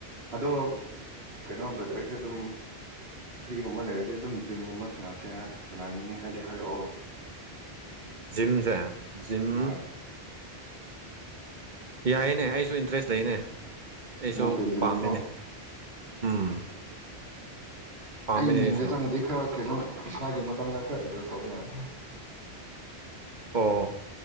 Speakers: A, on the right; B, on the right.
A: ꯑꯗꯣ ꯀꯩꯅꯣ ꯕ꯭ꯔꯗꯔꯁꯦ ꯑꯗꯨꯝ ꯐ꯭ꯔꯤꯒꯨꯝꯕ ꯂꯩꯔꯗꯤ ꯑꯗꯨꯝ ꯖꯤꯝꯒꯨꯝꯕ ꯁꯅꯥꯁꯦ ꯍꯥꯏ-ꯁꯥꯟꯅꯅꯤꯡꯉꯦ ꯍꯥꯏꯔꯗꯤ ꯍꯥꯏꯔꯛꯑꯣ꯫
B: ꯖꯤꯝꯁꯦ ꯖꯤꯝ
A: ꯍꯣꯏ
B: ꯌꯥꯏꯌꯦꯅꯦ ꯑꯩꯁꯨ ꯏꯟꯇꯔꯦꯁ ꯂꯩꯅꯦ ꯑꯩꯁꯨ
A: ꯃꯥꯎꯟꯇꯦꯟ ꯖꯤꯝꯅꯀꯣ
B: ꯄꯥꯝꯃꯤꯅꯦ꯫ ꯎꯝ ꯄꯥꯝꯃꯤꯅꯦ
A: ꯑꯩ ꯃꯤꯡꯗ
B: ꯑꯩꯁꯨ
A: ꯆꯪꯉꯗꯤ ꯈꯔ ꯀꯩꯅꯣ ꯄꯩꯁꯥꯒꯤ ꯃꯇꯥꯡꯗ ꯈꯔ ꯑꯦꯗꯖꯁ ꯇꯧꯕ ꯌꯥꯏ꯫
B: ꯑꯣ